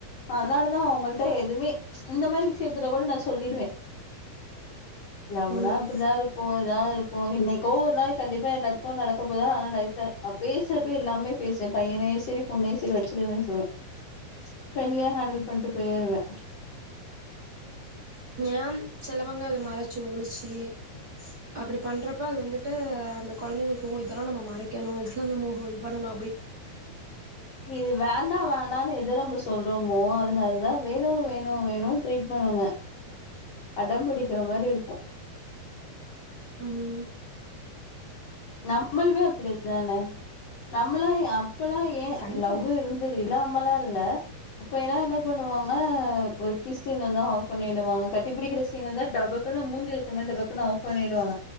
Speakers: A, on the left (about 55°); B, on the right (about 30°).
A: அதனாலதா அவங்கள்ட்ட எதுவுமே இந்த மாரி விஷயத்துல கூட நா சொல்லிடுவே லவ்வுனா
B: ம்
A: அப்பிடிதா இருக்கு அப்டிதா இருக்கு என்னைக்கோ ஒரு நாள் கண்டிப்பா எல்லாத்துக்கு நடக்க போதுதா ஆனா லைஃப்ல ஆ பேசுறப்பயு எல்லாமே பேசுவே பையனையு சரி பொண்ணயு சரி வச்சுருவேன்னு சொல்லுவே ஃபிரெண்ட்லியா ஹேண்டில் பண்ட்டு போயிருவே
B: ம் நியாம் சிலவங்க அத மறைச்சு ஒழிச்சு அப்பிடி பண்றப்ப அது வந்துட்டு அந்த கொழந்தைகளுக்கு ஓ இதெல்லா நம்ம மறைக்கணு இதெல்லா நம்ம ஹோல்டு பண்ணனு
A: இது வேண்டா வேண்டான்னு எதல்லா நம்ம சொல்றோமோ அதுனாலதா வேணு வேணு வேணுன்னு ட்ரீட் பண்ணுவ அடம் பிடி க்கிற மாரி இருக்கு
B: ம்
A: நம்மளுமே அப்பிடிதானே நம்மல்லா யா அப்பல்லா ஏ
B: கண்டிப்பா
A: லவ் இருந்தது இல்லா மல்லா இல்ல அப்ப எல்லா என்ன பண்ணுவாங்க ஒரு கிஸ் சீன் வந்தா ஆஃப் பண்ணிடுவாங்க கட்டி பிடிக்கிற சீன் வந்தா டபக்குன்னு மூஞ்சில அடிச்ச மாரி ஆஃப் பண்ணிடுவாங்க